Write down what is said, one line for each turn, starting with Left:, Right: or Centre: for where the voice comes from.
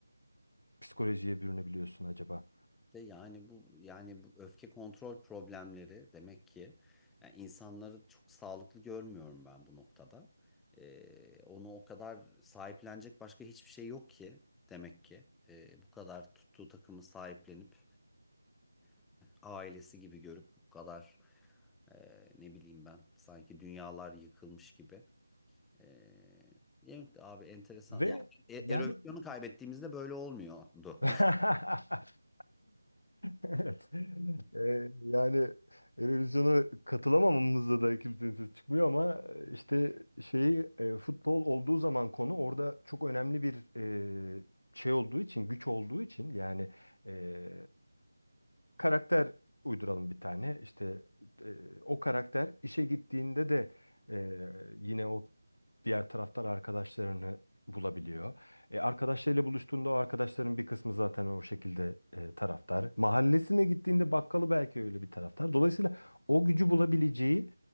Left: psikolojiye bürünebiliyorsun acaba?
Centre: De yani bu yani bu öfke kontrol problemleri demek ki yani insanları çok sağlıklı görmüyorum ben bu noktada. Ee, onu o kadar sahiplenecek başka hiçbir şey yok ki demek ki Ee, bu kadar tuttuğu takımı sahiplenip ailesi gibi görüp bu kadar e, ne bileyim ben sanki dünyalar yıkılmış gibi. Ee, evet abi enteresan.
Left: Ve
Centre: Yani e-
Left: yani
Centre: erosyonu kaybettiğimizde böyle olmuyordu.
Left: <laughs> <laughs>
Centre: <laughs>
Left: Evet. Ee, yani Eurovision'a katılamamamızda da kimsenin sesi çıkmıyor ama e, işte şeyi e, futbol olduğu zaman konu orada çok önemli bir e, şey olduğu için güç olduğu için yani e, karakter uyduralım bir tane işte e, o karakter işe gittiğinde de e, yine o diğer taraftar arkadaşlarını bulabiliyor. E, arkadaşlarıyla buluştuğunda o arkadaşların bir kısmı zaten o şekilde e, taraftar. Mahallesine gittiğinde bakkalı belki öyle bir taraftar. Dolayısıyla o gücü bulabileceği